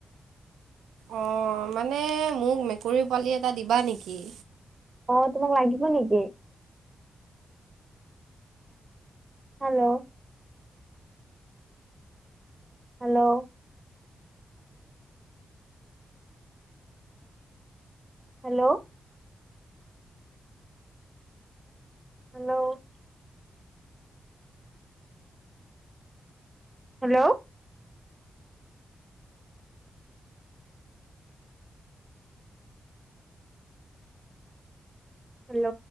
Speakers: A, on the right; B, on the right.
A: অ, মানে মোক মেকুৰী পোৱালি এটা দিবা নেকি?
B: অ, তোমাক লাগিব নেকি? Hello, hello, hello hello hello hello